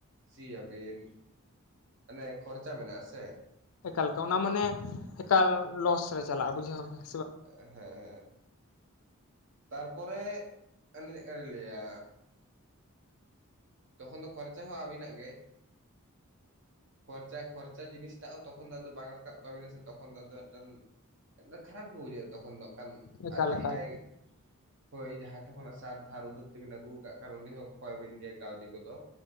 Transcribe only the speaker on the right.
ᱥᱤᱭᱟᱵᱤᱱ ᱢᱟᱱᱮ ᱠᱷᱚᱨᱪᱟ ᱢᱮᱱᱟᱜ-ᱟ ᱥᱮ᱾
ᱮᱜ ᱦᱮᱸ ᱦᱮᱸ ᱛᱟᱨᱯᱚᱨᱮ ᱚᱱᱮ ᱪᱮᱠᱟ ᱞᱤᱧ ᱞᱟᱹᱭᱟ ᱛᱚᱠᱷᱚᱱ ᱫᱚ ᱠᱷᱚᱨᱪᱟ ᱦᱚᱸ ᱟᱵᱤᱱᱟᱜ ᱜᱮ ᱾ ᱠᱷᱚᱨᱪᱟ ᱠᱷᱚᱨᱪᱟ ᱡᱤᱱᱤᱥ ᱴᱟᱜ ᱦᱚᱸ ᱛᱚᱠᱷᱚᱱ ᱟᱫᱚ ᱵᱟᱝ ᱨᱟ ᱨᱟᱠᱟᱵ ᱛᱟᱵᱤᱱᱟ ᱥᱮ ᱛᱚᱠᱷᱚᱱ ᱫᱚ ᱟᱫᱚ ᱢᱮᱜᱴᱮᱱ ᱠᱷᱟᱨᱟᱯ ᱜᱮ ᱵᱩᱡᱷᱟᱹᱜᱼᱟ ᱛᱚᱠᱷᱚᱱ ᱫᱚ ᱟᱸᱜᱠᱷᱟᱱ᱾
ᱟᱨ ᱡᱟᱦᱟᱸᱭ
ᱡᱳᱭ ᱡᱟᱦᱟᱸ ᱴᱷᱮᱱ ᱠᱷᱚᱱᱟᱜ ᱥᱟᱨ ᱫᱷᱟᱨ ᱩᱫᱷᱟᱹᱨ ᱛᱮᱵᱤᱱ ᱟᱜᱩ ᱟᱠᱟᱜ ᱠᱷᱟᱱ ᱩᱱᱤ ᱦᱚᱸ ᱠᱚᱭ ᱵᱤᱱ ᱜᱮᱭᱟᱭ ᱠᱟᱣᱰᱤ ᱠᱚᱫᱚ